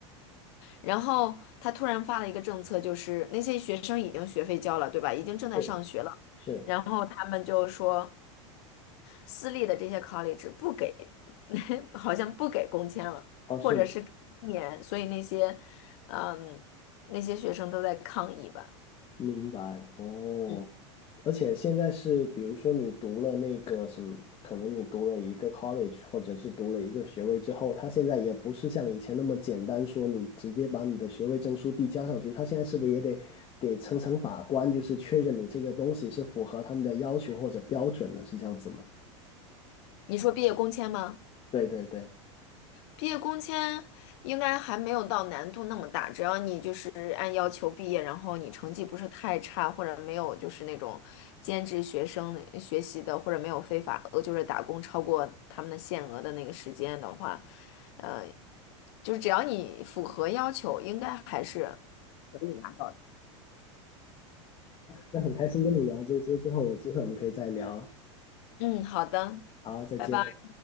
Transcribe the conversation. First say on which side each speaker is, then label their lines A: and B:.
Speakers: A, on the left; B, on the left.
A: 然后他突然发了一个政策，就是那些学生已经学费交了，对吧？已经正在上学了，
B: 是是，
A: 然后他们就说私立的这些 college 不给，<laughs> 好像不给工签了，
B: 哦是。
A: 或者是给一年，所以那些，嗯，那些学生都在抗议吧。
B: 明白哦，
A: 嗯，
B: 而且现在是，比如说你读了那个什么，可能你读了一个 college，或者是读了一个学位之后，他现在也不是像以前那么简单，说你直接把你的学位证书递交上去，他现在是不是也得得层层把关，就是确认你这个东西是符合他们的要求或者标准的，是这样子吗？
A: 你说毕业工签吗？
B: 对对对，
A: 毕业工签应该还没有到难度那么大，只要你就是按要求毕业，然后你成绩不是太差，或者没有就是那种兼职学生的学习的，或者没有非法呃就是打工超过他们的限额的那个时间的话，呃，就是只要你符合要求，应该还是可以拿到的。
B: 那很开心跟你聊这些之后，有机会我们可以再聊。
A: 嗯好的，
B: 好，再见。
A: 拜拜。